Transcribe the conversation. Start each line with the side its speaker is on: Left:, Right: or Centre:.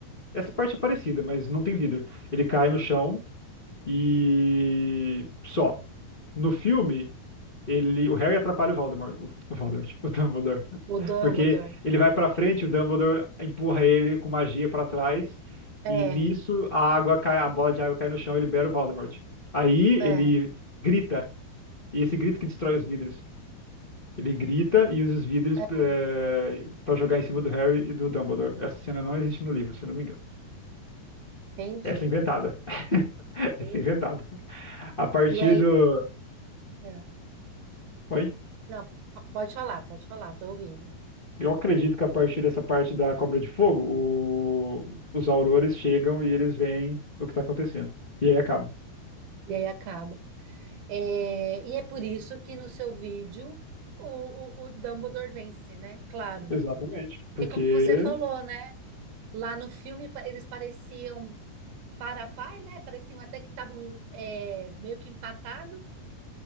Left: Essa parte é parecida, mas não tem vidro. Ele cai no chão e. Só. No filme. ele, o Harry atrapalha o Voldemort, o, o Voldemort, <laughs> o Dumbledore,
Right: O Dumbledore.
Left: porque ele vai pra frente, o Dumbledore empurra ele com magia pra trás
Right: É,
Left: e nisso a água cai, a bola de água cai no chão, e libera o Voldemort. Aí
Right: é,
Left: ele grita e esse grito que destrói os vidros. Ele grita e usa os vidros
Right: é.
Left: eh, pra jogar em cima do Harry e do Dumbledore. Essa cena não existe no livro, se eu não me engano.
Right: Entendi,
Left: Essa é inventada. <laughs> Essa
Right: entendi.
Left: é inventada. A partir
Right: E aí,
Left: do.
Right: é.
Left: Oi?
Right: Não, fa- pode falar, pode falar, tô ouvindo.
Left: Eu acredito que a partir dessa parte da Cobra de Fogo, o- os aurores chegam e eles veem o que está acontecendo. E aí acaba.
Right: E aí acaba. É, e é por isso que no seu vídeo o, o, o Dumbledore vence, né? Claro.
Left: Exatamente. Porque
Right: É como você falou, né? Lá no filme pa- eles pareciam par a par, né? Pareciam até que estavam é, meio que empatado,